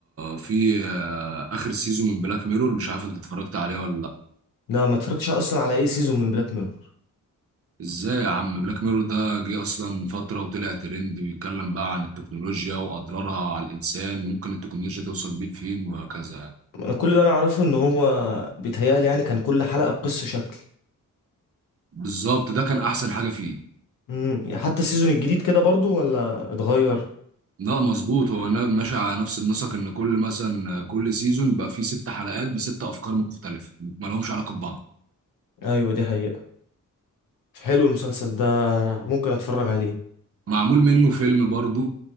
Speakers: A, on the right; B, on the left.
A: في آه اخر سيزون من بلاك ميرور مش عارف انت اتفرجت عليه ولا لا
B: لا ما اتفرجتش اصلا على اي سيزون من بلاك ميرور
A: ازاي يا عم بلاك ميرور ده جه اصلا فتره وطلع ترند بيتكلم بقى عن التكنولوجيا واضرارها على الانسان ممكن التكنولوجيا توصل بيه لفين وهكذا يعني
B: انا كل اللي انا اعرفه ان هو بيتهيألي يعني كان كل حلقة بقصة شكل
A: بالظبط ده كان احسن حاجه فيه
B: امم حتى السيزون الجديد كده برضه ولا اتغير
A: لا مظبوط هو نا- ماشي على نفس النسق ان كل مثلا كل سيزون بيبقى فيه ست حلقات بست افكار مختلفه ما لهمش علاقه ببعض
B: ايوه دي حقيقة حلو المسلسل ده ممكن اتفرج عليه
A: معمول منه فيلم برضو